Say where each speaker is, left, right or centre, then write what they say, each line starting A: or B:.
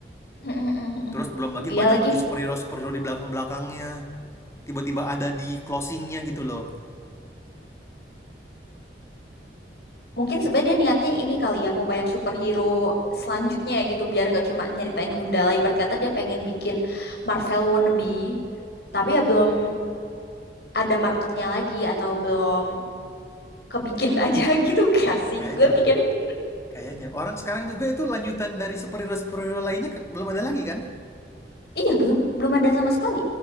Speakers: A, on the left; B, on the left.
A: Mm, mm, mm, mm.
B: Terus belum
A: <laughs>
B: lagi banyak
A: Iya lagi.
B: lagi superhero superhero di belakang belakangnya. Tiba-tiba ada di closingnya gitu loh.
A: Mungkin sebenarnya dia niatnya ini kali ya, mau banyak superhero selanjutnya gitu, biar nggak cuma nyeritain Gundala. Ibarat kata dia pengen bikin Marvel wannabe, tapi ya belum ada marketnya lagi atau belum kebikin aja <laughs> gitu gak sih?
B: Kayaknya
A: Gue
B: deh,
A: mikirnya gitu.
B: kayaknya. Orang sekarang juga itu lanjutan dari superhero-superhero lainnya ke- belum ada lagi kan?
A: Iya, belum belum ada sama sekali.